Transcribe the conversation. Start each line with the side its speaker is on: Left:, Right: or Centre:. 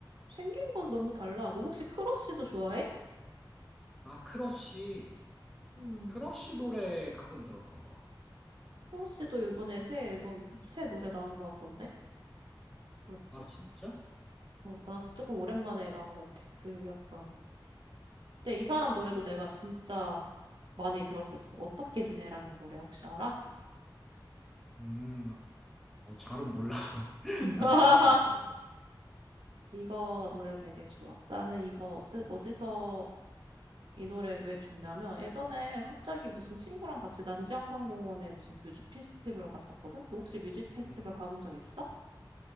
Right: 생긴 건 너무 달라. 너 혹시 크러쉬도 좋아해?
Centre: 아 크러쉬
Right: 음,
Centre: 크러쉬 노래 가끔 들었던 것 같아.
Right: 크러쉬도 이번에 새 앨범, 새 노래 나온 것 같던데? 뭐였지?
Centre: 아 진짜?
Right: 어, 나왔어. 조금 오랜만에 나온 것 같아. 그 약간. 근데 이 사람 노래도 내가 진짜 많이 들었었어. 어떻게 지내라는 노래 혹시 알아?
Centre: 음, 어, 잘은 몰라서 <laughs>
Right: <laughs>
Centre: 나중에 한번 들어볼게.
Right: 이거 노래 되게 좋아. 나는 이거 어떠, 어디서 이 노래 왜 좋냐면 예전에 갑자기 무슨 친구랑 같이 난지한강공원에 무슨 뮤직 페스티벌 갔었거든? 너 혹시 뮤직 페스티벌
Centre: 음,
Right: 가본 적 있어?